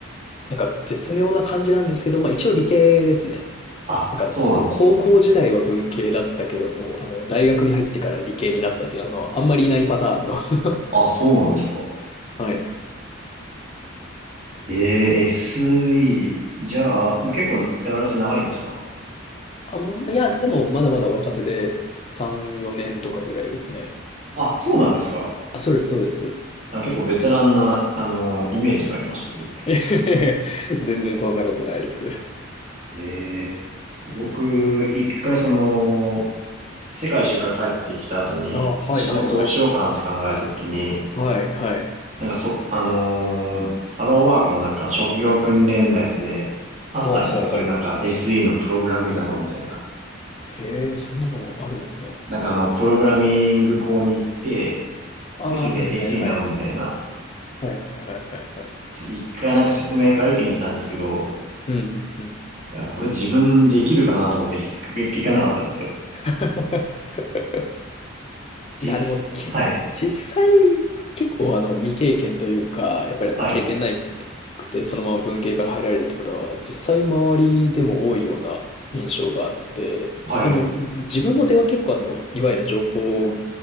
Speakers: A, on the left; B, on the right.
A: なんか絶妙な感じなんですけど、まあ一応理系ですね。
B: あ、
A: なんかあの、
B: そうなんですね。
A: こ、高校時代は文系だったけども、あの、大学に入ってから理系になったっていう、あの、あんまりいないパターンの <laughs>
B: あ、そうなんですか
A: はい。
B: えー、SE、じゃあ、もう結構やられて長いんですか
A: あん、いや、でもまだまだ若手で3、4年とかぐらいですね。
B: あ、そうなんですか
A: あ、そうです、そうです。
B: あ、結構ベテランな、あの、イメージがありましたけど。
A: <laughs> 全然そんなことないです。
B: ええで僕、一回その、世界一周から帰ってきた後に、
A: <laughs> あ、はいはいはい。
B: 仕事どうしようかなって考えた時に、
A: はい、はい。
B: なんかそ、あのーハローワークのなんかの職業訓練のやつで、あったんですよ。
A: はあ、はあ、は
B: そういうなんか SE のプログラムになろうみたいな。
A: あ。へえ、そんなのあるんですね。
B: なんかあの、プログラミング校に行って、
A: ああ、
B: で、それで
A: はいはいはい。
B: SE になろうみたいな。
A: はいはいはいはいはい。
B: で、一回なんか説明会受けに行ったんですけど、
A: うんうんうん。
B: いやこれ自分できるかなと思って聞く、聞かなかったんですよ。
A: <laughs>
B: 実、
A: いや、でもけ、
B: はい、
A: 実際、結構あの未経験というか、やっぱりあの経験ない
B: はい、
A: くて、そのまま文系から入られるって方は、実際周りでも多いような印象があって、
B: はい、
A: あの、自分の出は結構あの、いわゆる情報